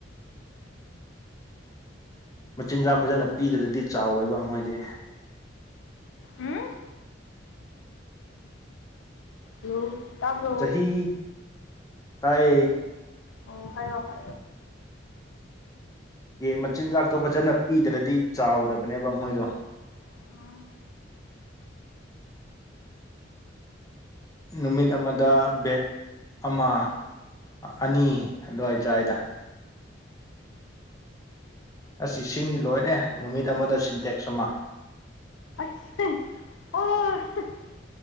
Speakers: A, on the left; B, on the left.
A: ꯃꯆꯤꯟꯖꯥꯛ ꯐꯖꯅ ꯄꯤꯗ꯭ꯔꯗꯤ ꯆꯥꯎꯔꯣꯏꯕ ꯃꯣꯏꯗꯤ
B: ꯎꯝ ꯍꯜꯂꯣ ꯇꯥꯕ꯭ꯔꯣ
A: ꯆꯍꯤꯍꯤ ꯇꯥꯏ
B: ꯑꯣ ꯍ ꯑꯣ ꯍ
A: ꯌꯦ ꯃꯆꯤꯟꯖꯥꯛꯇꯣ ꯐꯖꯅ ꯄꯤꯗ꯭ꯔꯗꯤ ꯆꯥꯎꯗꯕꯅꯦꯕ ꯃꯣꯏꯗꯣ
B: ꯍꯥꯏꯔꯛꯑꯣ
A: ꯅꯨꯃꯤꯠ ꯑꯃꯗ ꯕꯦꯦꯛ ꯑꯃ ꯑꯅꯤ ꯑꯗꯨꯋꯥꯏ ꯁ꯭ꯋꯥꯏꯗ ꯑꯁ ꯏꯁꯤꯡꯗꯤ ꯂꯣꯏꯔꯦ ꯅꯨꯃꯤꯠ ꯑꯃꯗ ꯁꯤꯟꯇꯦꯛꯁ ꯑꯃ
B: ꯑꯁꯦ ꯑꯣ